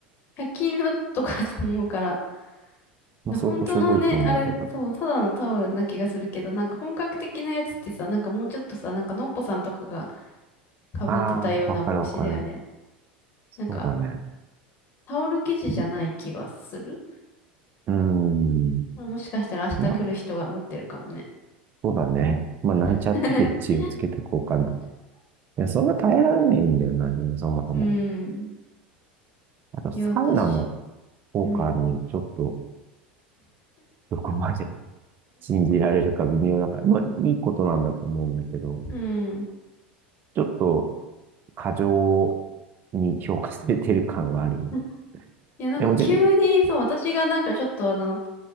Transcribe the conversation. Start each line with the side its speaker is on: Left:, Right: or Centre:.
Left: 100均のとかだと思うから、な本当のね、
Right: まあ、相当しょぼいと思うけど。
Left: あれ、そう、ただのタオルな気がするけど、なんか本格的なやつってさ、なんかもうちょっとさ、なんかのっぽさんとかがかぶってたような帽子だよね。
Right: ああ、わかるわかる。
Left: なんか、
Right: そうだね。
Left: タオル生地じゃない気がする。
Right: うーん。
Left: まあ、もしかしたら明日来る人が持ってるかもね。
Right: まあ、そうだね。まあ、なんちゃってで一応つけてこうかな。
Left: <laughs>
Right: いや、そんな耐えられないんだよな、自分そもそも。
Left: うーん。
Right: あと、
Left: いや、
Right: サウナの
Left: 私、
Right: 効果にちょっと、
Left: うん、
Right: どこまで信じられるか微妙だから。まあ、いいことなんだと思うんだけど、
Left: うん。
Right: ちょっと、過剰に評価されてる感があるよね。
Left: <laughs>
Right: い
Left: いや、なんか急に、
Right: や、もちろん、
Left: そう、私がなんかちょっとあの、